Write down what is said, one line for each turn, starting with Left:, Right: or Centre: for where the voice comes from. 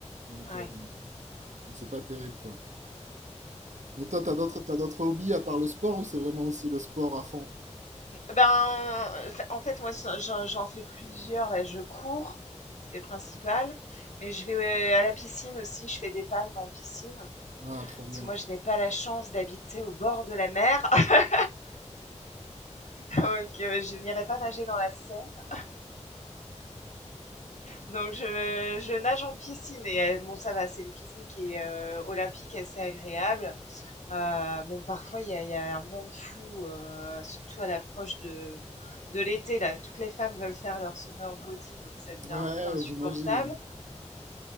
Right: Donc,
Left: Ouais.
Right: euh, donc c'est pas terrible, quoi. Et toi, t'as d'autres, t'as d'autres hobbies à part le sport ou c'est vraiment aussi le sport à fond?
Left: Ben, en fait, moi, j'en j'en fais plusieurs. Là. Je cours, c'est principal. Mais je vais euh, à la piscine aussi. Je fais des palmes en piscine.
Right: Ah, trop bien.
Left: Parce que moi, je n'ai pas la chance d'habiter au bord de la mer. <laughs> Donc, euh, je n'irai pas nager dans la Seine. Donc je, je nage en piscine et euh, bon ça va, c'est une piscine qui est euh, olympique assez agréable. Euh, bon parfois il y a, il y a un monde fou, euh, surtout à l'approche de, de l'été là, toutes les femmes veulent faire leur summer body donc ça devient
Right: Ouais,
Left: un peu insupportable.
Right: j'imagine, oui.